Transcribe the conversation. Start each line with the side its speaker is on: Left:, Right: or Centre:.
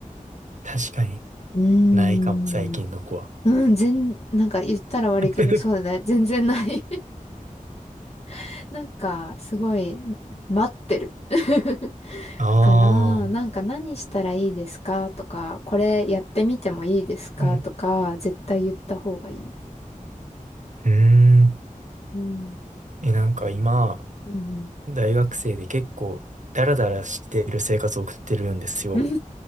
Right: 確かに
Left: うーん。
Right: ないかも、最近の子は。
Left: うん、全、なんか言ったら悪いけど、
Right: <laughs>
Left: そうだね。全然ない <laughs> なんかすごい待ってる。<laughs>
Right: ああ、
Left: から、なんか何したらいいですかとか、これやってみてもいいですかとか、
Right: うん。
Left: 絶対言った方がいい。
Right: うーん。
Left: うん。
Right: え、なんか今、
Left: うんうん
Right: 大学生で結構、ダラダラしてる生活を送ってるんですよ。
Left: うん